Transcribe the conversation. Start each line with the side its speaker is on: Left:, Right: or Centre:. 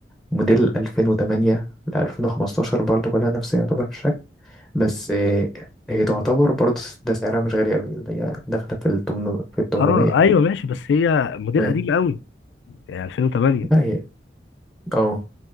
Centre: موديل 2008 ل 2015 برضه كلها نفس يعتبر الشكل بس آه، هي تعتبر برضه س- ده سعرها مش غالي قوي اللي هي داخلة في ال 800 في ال 800
Left: اه ايوه ماشي بس هي موديل
Centre: وهي-
Left: قديم قوي يعني 2008
Centre: لا هي اه